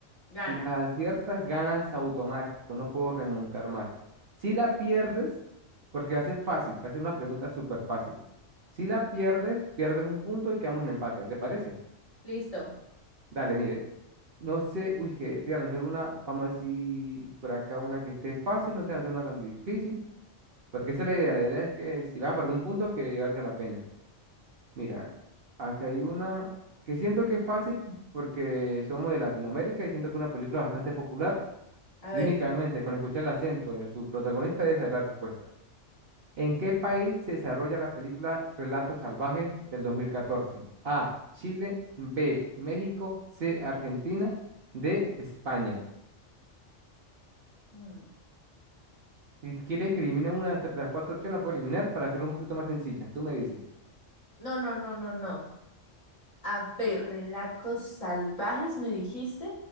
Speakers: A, on the left; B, on the right.
A: gana.
B: si la aciertas, ganas automático, no puedo remontar más. Si la pierdes, porque va a ser fácil, va a ser una pregunta súper fácil. Si la pierdes, pierdes un punto y quedamos en empate, ¿le parece?
A: Listo.
B: Dale, mire. No sé, uy, que te voy a lanzar una, vamos a decir por acá una que esté fácil, no te voy a lanzar una tan difícil, porque esa es la idea, la idea es que si vas a perder un punto, que valga la pena. Mira, acá hay una que siento que es fácil porque somos de Latinoamérica y siento que es una película bastante popular
A: A
B: y
A: ver.
B: únicamente con escuchar el acento de sus protagonistas es saber la respuesta. ¿En qué país se desarrolla la película Relatos Salvajes del 2014? A. Chile. B. México. C. Argentina. D. España.
A: Mm.
B: Si quieres que elimine una de las cuatro opciones, la puedo eliminar para hacerlo un poquito más sencilla. Tú me dices,
A: No, no, no, no, no. A ver, relatos salvajes, me dijiste.